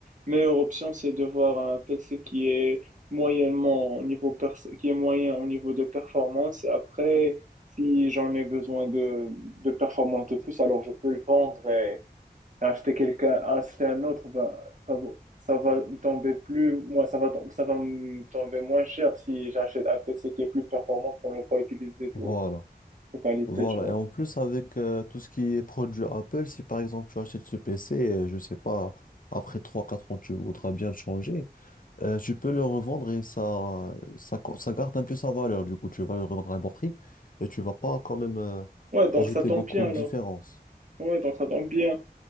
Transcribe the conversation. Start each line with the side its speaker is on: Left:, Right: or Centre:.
Right: meilleure option, c'est de voir un PC qui est moyennement au niveau perso- qui est moyen au niveau de performance. Après, si j'en ai besoin de, de performance de plus, alors je peux le vendre et acheter quelqu'un, acheter un autre, ben, ça, vaut- ça va me tomber plus, moi, ça va, tom- ça va me tomber moins cher si j'achète un PC qui est plus performant pour ne pas utiliser tout
Left: Voilà.
Right: les qualités,
Left: Voilà,
Right: tu vois.
Left: et en plus avec euh, tout ce qui est produit Apple, si par exemple tu achètes ce PC, euh, je sais pas, après trois quatre ans tu voudras bien le changer, euh, tu peux le revendre et ça, ça, co- ça garde un peu sa valeur, du coup tu vas le revendre à un bon prix et tu vas pas quand même euh,
Right: Ouais, donc
Left: ajouter
Right: ça tombe
Left: beaucoup
Right: bien
Left: de
Right: alors.
Left: différence.
Right: Ouais, donc ça tombe bien.